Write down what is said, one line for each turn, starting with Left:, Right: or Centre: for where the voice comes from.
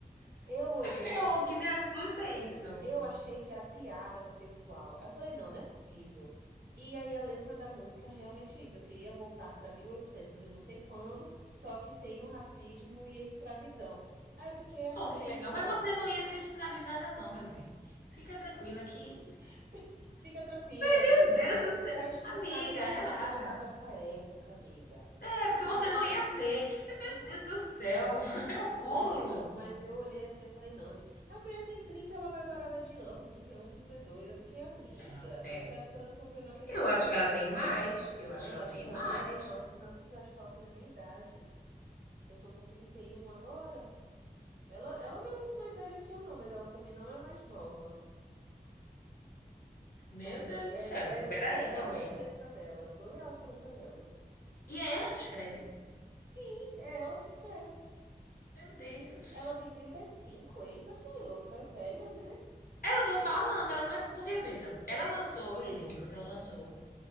Right: Eu olhei.
Left: É, o que me assusta é isso.
Right: Eu achei que era piada do pessoal. Aí eu falei, não, não é possível. E aí a letra da música é realmente isso. Eu queria voltar para 1800 e oitocentos e não sei quando, só que sem o racismo e a escravidão. Aí eu fiquei, amiga,
Left: Oh, que legal. Mas você não ia ser escravizada, não, meu bem. Fica tranquila que.
Right: <laughs> fica tranquila, amiga.
Left: Meu Deus do céu!
Right: Tá explicado
Left: Amiga,
Right: porque
Left: relaxa.
Right: você quer voltar para essa época, amiga.
Left: É, porque
Right: Calma.
Left: você não ia ser. Mas, meu Deus do céu! <laughs> É um cúmulo.
Right: Nossa, mas eu olhei assim, eu falei, não, gente. A mulher tem 30, ela vai varada de ano, trinta trinta e um, trinta e dois. Eu fiquei, amiga,
Left: Ela tem.
Right: nessa altura do campeonato a gente
Left: Eu acho
Right: já
Left: que ela tem mais. Eu
Right: Não,
Left: acho
Right: eu
Left: que ela
Right: acho
Left: tem
Right: que ela
Left: mais.
Right: tem. Eu, a- não, porque eu acho que ela tem a minha idade. Eu tô com 31 agora. Ela, ela não é muito mais velha que eu, não, mas ela também não é mais nova.
Left: Meu
Right: Mas
Left: Deus
Right: é,
Left: do céu. Então, peraí
Right: é surreal
Left: também.
Right: essa letra dela. É surreal essa letra dela.
Left: E é ela que escreve?
Right: Sim, é ela que escreve.
Left: Meu Deus.
Right: Ela tem trinta e cinco Eita, Taylor, tu é velha, né?
Left: É, eu tô falando, ela não é. Porque, veja, ela lançou, eu lembro que ela lançou